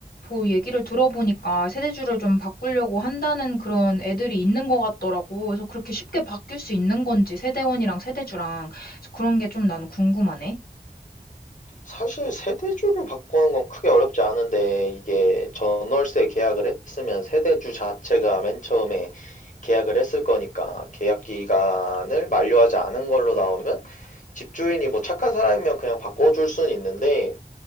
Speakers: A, on the left; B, on the left.
A: 뭐 얘기를 들어보니까 세대주를 좀 바꾸려고 한다는 그런 애들이 있는 것 같더라고. 그래서 그렇게 쉽게 바뀔 수 있는 건지 세대원이랑 세대주랑. 그래서 그런 게 좀 나는 궁금하네.
B: 사실 세대주를 바꾸는 건 크게 어렵지 않은데 이게 전월세 계약을 했으면 세대주 자체가 맨 처음에 계약을 했을 거니까 계약 기간을 만료하지 않은 걸로 나오면 집주인이 뭐 착한 사람이면 그냥 바꿔줄 수는 있는데